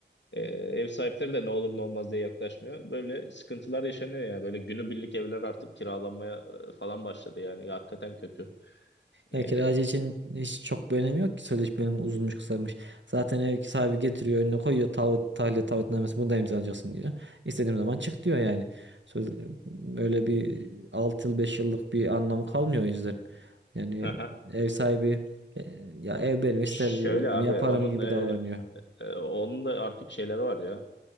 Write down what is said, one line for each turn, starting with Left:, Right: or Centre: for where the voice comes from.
Left: E, ev sahipleri de ne olur ne olmaz diye yaklaşmıyor. Böyle sıkıntılar yaşanıyor yani. Böyle günübirlik evler artık kiralanmaya e, falan başladı yani. Hakikaten kötü. E,
Right: Ya kiracı için hiç çok bir önemi yok ki sözleşmenin uzunmuş kısamış. Zaten ev sahibi getiriyor önüne koyuyor taahhüt, tahliye taahhütnamesi bunu da imzalayacaksın diyor. İstediğim zaman çık diyor yani. Söz, öyle bir 6 yıl 5 yıllık bir anlamı kalmıyor o yüzden. Yani
Left: <laughs>
Right: ev sahibi e, ya ev benim isterdim
Left: Şöyle abi
Right: yaparım
Left: onun
Right: gibi
Left: e,
Right: davranıyor.
Left: e, onun da artık şeyleri var ya.